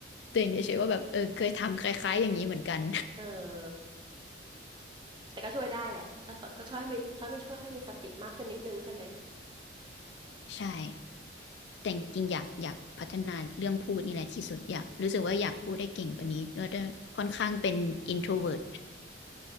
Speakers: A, on the left; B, on the right.
A: ตัวเองเฉยๆว่าแบบเออเคยทำคล้ายๆอย่างนี้เหมือนกัน
B: เออแต่ก็ช่วยได้แหละแล้วก็ช่วยให้มีถ้าไม่ช่วยให้มีสติมากขึ้นนิดนึงใช่ไหม
A: <laughs> ใช่แต่จริงๆอยากอยากพัฒนาเรื่องพูดนี่แหละที่สุดอยากรู้สึกว่าอยากพูดได้เก่งกว่านี้เพราะว่าค่อนข้างเป็น introvert